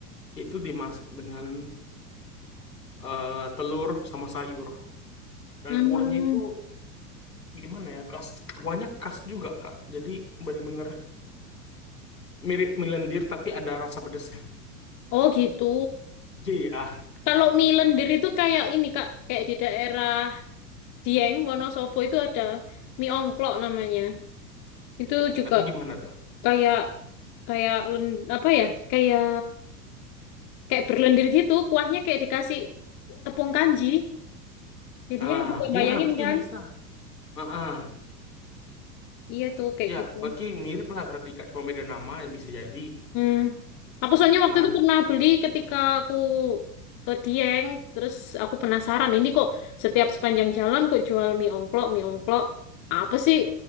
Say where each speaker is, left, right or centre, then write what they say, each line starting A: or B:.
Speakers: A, on the left (about 80°); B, on the left (about 40°).
A: itu dimasak dengan eh, telur sama sayur. Dan
B: Hmm.
A: kuahnya itu gimana ya? Khas, kuahnya khas juga, Kak. Jadi bener-bener mirip mie lendir, tapi ada rasa pedasnya.
B: Oh gitu.
A: Iya, ya.
B: Kalau mie lendir itu kayak ini Kak, kayak di daerah Dieng, Wonosobo itu ada mie ongklok namanya. Itu juga
A: Nah, itu gimana tuh?
B: kayak kayak len, apa ya? Kayak kayak berlendir gitu, kuahnya kayak dikasih tepung kanji. Jadi
A: Ah,
B: ya bisa bayangin
A: ya mungkin
B: kan?
A: bisa. Heeh.
B: Iya tuh kayak
A: Ya,
B: gitu.
A: bagi mirip lah berarti, Kak. Cuma beda nama, ya bisa jadi.
B: Hmm. Aku soalnya waktu
A: Nah,
B: itu pernah beli ketika aku ke Dieng, terus aku penasaran ini kok setiap sepanjang jalan kok jual mie ongklok, mie ongklok. Apa sih?